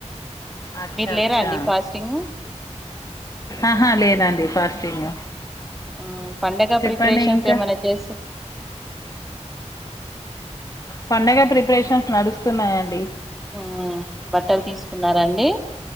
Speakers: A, on the left; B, in the centre.
A: అచ్చా
B: మీరు లేరా
A: అచ్చా
B: అండి ఫాస్టింగ్?
A: ఆహా లేదండి ఫాస్టింగ్.
B: ఉ పండగ
A: చెప్పండి
B: ప్రిపరేషన్స్
A: ఇంకా
B: ఏమైన్న చేస్
A: పండగ ప్రిపరేషన్స్ నడుస్తున్నాయండి.
B: మ్మ్ బట్టలు తీసుకున్నారండి